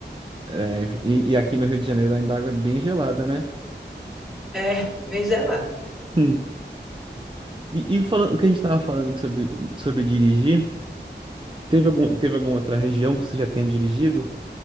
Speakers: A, on the right; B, in the centre.
A: É, e, e aqui no Rio de Janeiro ainda a água é bem gelada, né?
B: é bem gelada.
A: Hum. E, e falando, o que a gente tava falando sobre, sobre dirigir, teve algum, teve alguma outra região que você já tenha dirigido